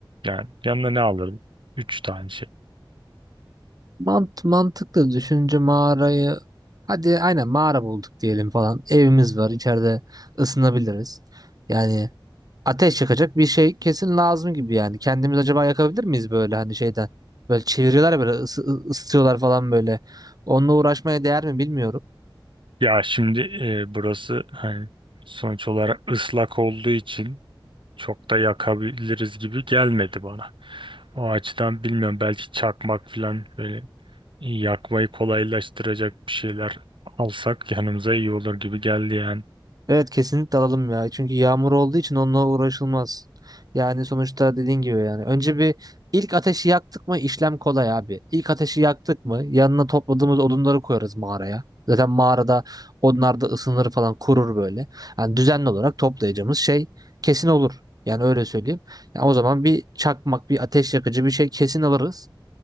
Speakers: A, on the right (about 75°); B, on the right (about 50°).
A: Yani yanına ne alırdın? Üç tane şey.
B: Mant mantıklı düşünce mağarayı hadi aynen mağara bulduk diyelim falan. Evimiz var içeride ısınabiliriz. Yani ateş yakacak bir şey kesin lazım gibi yani. Kendimiz acaba yakabilir miyiz böyle hani şeyden? Böyle çeviriyorlar ya böyle ısı- ı- ısıtıyorlar falan böyle. Onunla uğraşmaya değer mi bilmiyorum.
A: Ya şimdi e, burası hani sonuç olarak ıslak olduğu için çok da yakabiliriz gibi gelmedi bana. O açıdan bilmiyorum belki çakmak falan böyle yakmayı kolaylaştıracak bir şeyler alsak yanımıza iyi olur gibi geldi yani.
B: Evet kesinlikle alalım ya. Çünkü yağmur olduğu için onunla uğraşılmaz. Yani sonuçta dediğin gibi yani. Önce bir ilk ateşi yaktık mı işlem kolay abi. İlk ateşi yaktık mı yanına topladığımız odunları koyarız mağaraya. Zaten mağarada onlar da ısınır falan kurur böyle. Yani düzenli olarak toplayacağımız şey kesin olur. Yani öyle söyleyeyim. Yani o zaman bir çakmak, bir ateş yakıcı bir şey kesin alırız.